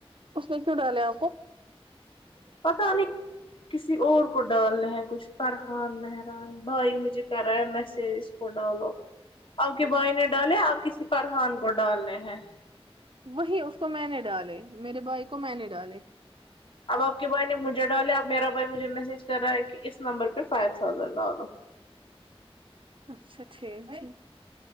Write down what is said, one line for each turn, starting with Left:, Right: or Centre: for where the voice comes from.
Right: اس نے کیوں ڈالے آپ کو
Left: پتہ نہیں کسی اور کو ڈالنے ہے کچھ فرحان مہران بھائی مجھے کرا ہے میسج کو ڈالو آپ کے بھائی نے ڈالے آپ کسی فرحان کو ڈالنے ہیں
Right: وہی اس کو میں نے ڈالے میرے بھائی کو میں نے ڈالے
Left: اب آپ بھائی نے مجھے ڈالے اب میرا بھائی مجھے میسج کر رہا ہے کہ اس نمبر پہ فائیو تھاؤزینڈ ڈالو
Right: اچھا ٹھیک ٹھیک